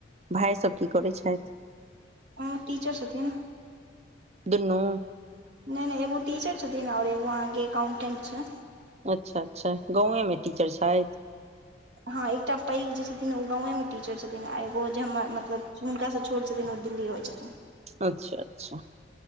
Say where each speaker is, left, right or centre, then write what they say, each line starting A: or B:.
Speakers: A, on the right (about 35°); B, on the right (about 70°).
A: भाय सब की करै छथि
B: ओ टीचर छथिन
A: दुनू
B: नहि नहि एगो टीचर छथिन और एगो अहाँके अकाउंटेंट छै
A: अच्छा अच्छा गाँवेमे टीचर छैथ
B: हँ एकटा पैघ जे छथिन ओ गाँवेमे टीचर छथिन आ एगो जे हमर मतलब हुनकासँ छोट छथिन ओ दिल्ली होइ छथिन ह <inaudible>
A: अच्छा अच्छा